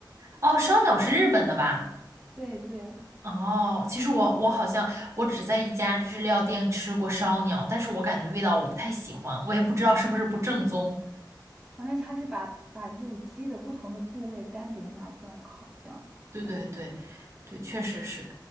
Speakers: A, on the right; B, in the centre.
A: 哦，烧鸟是日本的吧？
B: 对对，
A: 哦，其实我我好像我只在一家日料店吃过烧鸟，但是我感觉味道我不太喜欢，我也不知道是不是不正宗。
B: 好像它是把把这种鸡的不同的部位单独拿出来烤，这样
A: 对对对，对，确实是，